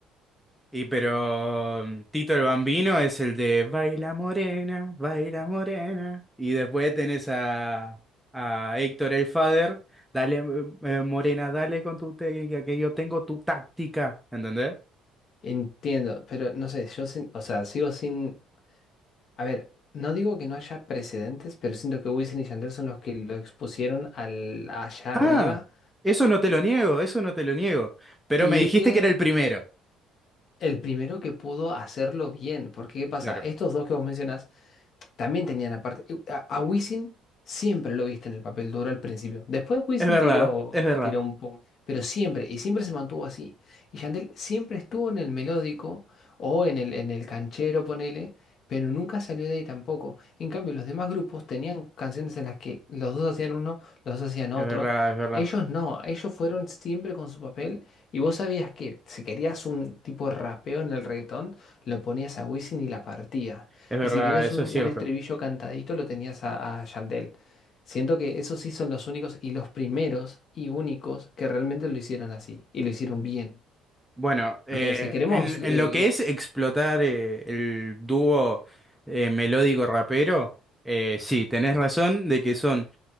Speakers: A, in the centre; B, on the left.
A: Y pero mm, Tito el Bambino es el de Baila Morena, Baila Morena. Y después tenés a, a Héctor el Father, dale eh, eh, Morena, dale con tu técnica, que yo tengo tu táctica, ¿entendés?
B: Entiendo, pero no sé, yo sin- o sea, sigo sin... A ver, no digo que no haya precedentes, pero siento que Wisin y Yandel son los que lo expusieron al, allá
A: Ah,
B: arriba
A: eso no te lo niego, eso no te lo niego. Pero
B: y
A: me dijiste
B: que
A: que era el primero.
B: el primero que pudo hacerlo bien, porque ¿qué pasa?
A: Claro.
B: Estos dos que vos mencionás también tenían aparte. eh, A, a Wisin siempre lo viste en el papel duro al principio. Después Wisin
A: Es verdad,
B: tiró,
A: es verdad,
B: tiró un pum. Pero siempre, y siempre se mantuvo así. Y Yandel siempre estuvo en el melódico o en el, en el canchero, ponele, pero nunca salió de ahí tampoco. En cambio, los demás grupos tenían canciones en las que los dos hacían uno, los dos hacían otro.
A: es verdad, es verdad,
B: Ellos no, ellos fueron siempre con su papel. Y vos sabías que si querías un tipo de rapeo en el reggaetón, lo ponías a Wisin y la partía.
A: es verdad,
B: Y si querías
A: eso
B: un,
A: es
B: un
A: cierto.
B: estribillo cantadito, lo tenías a, a Yandel. Siento que esos sí son los únicos y los primeros y únicos que realmente lo hicieron así y lo hicieron bien.
A: Bueno, eh,
B: Porque si queremos,
A: en, en
B: eh,
A: lo que es explotar eh, el dúo eh, melódico rapero, eh, sí, tenés razón de que son